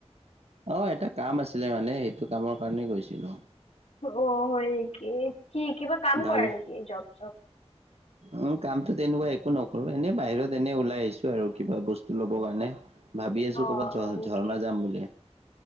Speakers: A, on the right; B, on the left.
A: অ এটা কাম আছিলে মানে সেইটো কামৰ কাৰণে গৈছিলো।
B: অ হয় নেকি, কি কিবা কাম
A: ভাবি
B: কৰা নেকি জব চব?
A: উম কামতো তেনেকুৱা একো নকৰো এনেই বাহিৰত এনে ওলাই আহিছো আৰু কিবা বস্তু লব কাৰণে। ভাবি আছো
B: অ
A: ক'ৰবাত ঝ
B: হয়
A: -ঝৰ্ণা
B: নেকি?
A: যাম বুলি।